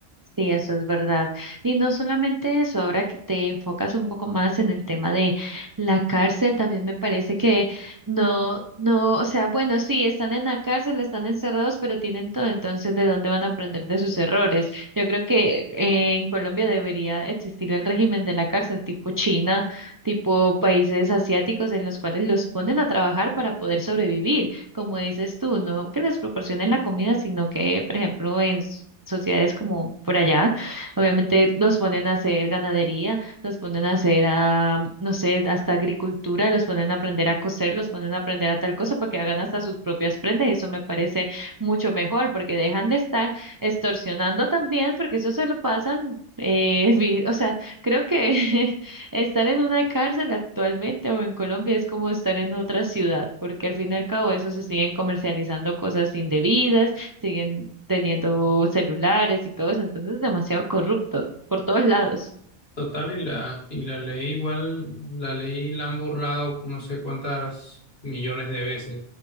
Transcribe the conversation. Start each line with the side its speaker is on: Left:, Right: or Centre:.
Right: Sí, eso es verdad. Y no solamente eso, ahora que te enfocas un poco más en el tema de la cárcel, también me parece que no, no, o sea, bueno, sí, están en la cárcel, están encerrados, pero tienen todo, entonces, ¿de dónde van a aprender de sus errores? Yo creo que eh, en Colombia debería existir el régimen de la cárcel tipo China, tipo países asiáticos en los cuales los ponen a trabajar para poder sobrevivir como dices tú, no que les proporcionen la comida, sino que, por ejemplo, en s- sociedades como por allá, obviamente los ponen a hacer ganadería, los ponen a hacer, ah, no sé, hasta agricultura, los ponen a aprender a coser, los ponen a aprender a tal cosa para que hagan hasta sus propias prendas y eso me parece mucho mejor porque dejan de estar extorsionando también porque eso se lo pasan, eh, <laughs> vi- o sea, creo que <laughs> Estar en una cárcel actualmente o en Colombia es como estar en otra ciudad, porque al fin y al cabo eso se siguen comercializando cosas indebidas, siguen teniendo celulares y todo eso, entonces es demasiado corrupto por todos lados.
Left: Total, y la, y la ley igual, la ley la han burlado no sé cuántas millones de veces.